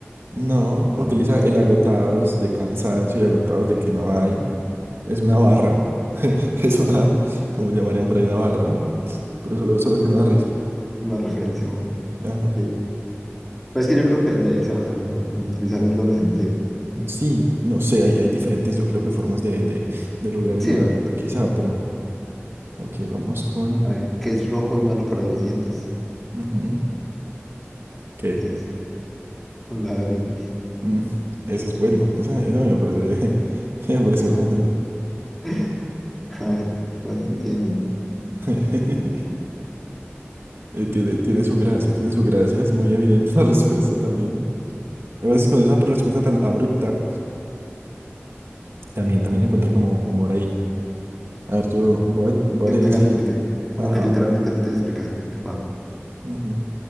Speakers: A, on the right (about 60°); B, in the centre.
A: No,
B: No,
A: utiliza
B: está
A: el
B: bueno.
A: agotados de cansancio y agotados de que no hay. Es una barra. <laughs> Es una, como llamarían por ahí, una barra. Pero solo, solo que no da risa.
B: Una referencia buena.
A: Ajá.
B: Ok. Pero es que yo creo que de ahí se basa el humor, en utilizar el doble sentido. Mm.
A: Sí, no sé, hay, hay diferentes, yo creo que formas de, de, de lograr
B: Sí,
A: el humor,
B: obviamente.
A: quizá, pero. Ok, vamos con.
B: A ver, ¿qué es rojo y malo para los dientes?
A: ujú, ¿Qué?
B: ¿Qué es? Un ladrillo.
A: Mm, ese es bueno. Esa, esa me parece, <laughs> me parece bueno.
B: <laughs> A ver, pues tiene.
A: <laughs> Eh, tiene, tiene su gracia, tiene su gracia, es muy evidente <laughs> la respuesta también. A veces cuando es una respuesta tan abrupta, también, también se encuentra como humor ahí. A ver, yo voy a, voy
B: que
A: a leer
B: no tenga
A: el siguiente.
B: sentido. Como
A: Ajá.
B: que literalmente no tiene explicación. Epa,
A: ujú.